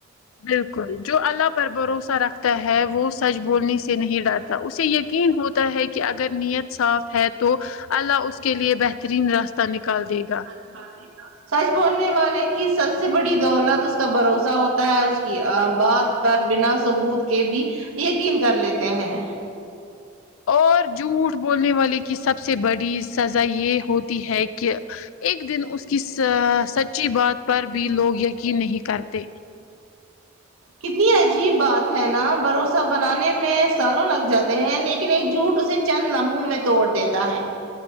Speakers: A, on the left; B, on the right.
A: بالکل جو اللہ پر بھروسہ رکھتا ہے وہ سچ بولنے سے نہیں ڈر تا اسے یقین ہوتا ہے کہ اگر نیت صاف ہے تو اللہ اس کے لیے بہترین راستہ نکال دے گا
B: <unintelligible> سچ بولنے والے کی سب سے بڑی دولت اس کا بھروسہ ہوتا ہے اس کی ا بات پر بناءثبوت کے بھی یقین کر لیتے ہیں
A: اور جھوٹ بولنے والے کی سب سے بڑی سزا یہ ہوتی ہے کہ ایک دن اس کی سا سچی بات پر بھی لوگ یقین نہیں کرتے
B: کتنی عجیب بات ہے نا بھروسہ بنانے میں سالوں لگ جاتے ہیں لیکن ایک جھوٹ اسے چند لمحوں میں توڑ دیتا ہے